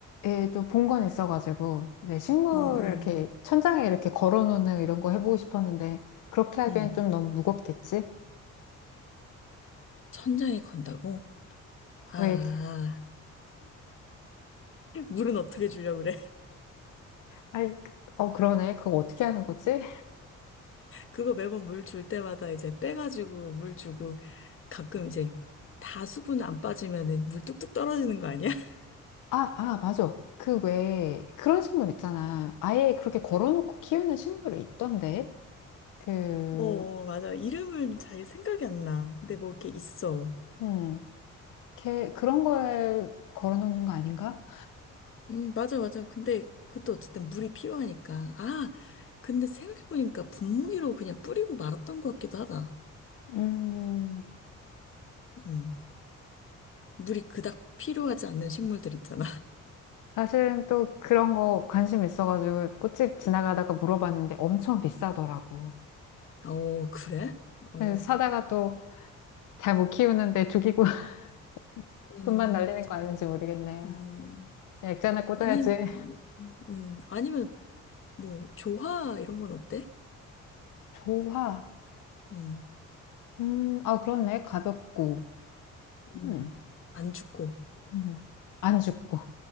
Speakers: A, on the left; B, on the left.
A: 예, 또 본 건 있어가지고, 네, 식물을
B: 음,
A: 이렇게
B: 음,
A: 천장에 이렇게 걸어놓는 이런 거 해보고 싶었는데, 그렇게 하기엔
B: 음.
A: 좀 너무 무겁겠지?
B: 천장에 건다고? 아,
A: 왜 이렇게,
B: <laughs> 물은 어떻게 주려고 그래?
A: 아이, 그- 어, 그러네. 그거 어떻게 하는 거지?
B: 그거 매번 물 줄 때마다 이제 빼가지고 물 주고 가끔 이제 다 수분 안 빠지면은 물 뚝뚝 떨어지는 거 아니야? <laughs>
A: 아, 아, 맞아. 그 왜, 그런 식물 있잖아. 아예 그렇게 걸어놓고 키우는 식물이 있던데? 그,
B: 어, 맞아. 이름은 잘 생각이 안 나. 근데 뭐 이렇게 있어.
A: 음, 걔, 그런 걸 걸어놓는 거 아닌가?
B: 음, 맞아, 맞아. 근데 그것도 어쨌든 물이 필요하니까. 아, 근데 생각해보니까 분무기로 그냥 뿌리고 말았던 것 같기도 하다.
A: 음,
B: 음, 물이 그닥 필요하지 않는 식물들 있잖아.
A: 사실은 또 그런 거 관심 있어가지고 꽃집 지나가다가 물어봤는데 엄청 비싸더라고.
B: <laughs> 어, 그래? 어,
A: 그래서 사다가 또 잘 못 키우는데 죽이고 <laughs>
B: 음,
A: 돈만 날리는 거 아닌지 모르겠네요.
B: 음.
A: 액자나 꽂아야지.
B: 아니, 음, 음, 음. 아니면 뭐, 조화, 이런 건 어때?
A: 좋아.
B: 음,
A: 음, 아, 그렇네. 가볍고.
B: 음,
A: 음,
B: 안 죽고.
A: 음. 안 죽고.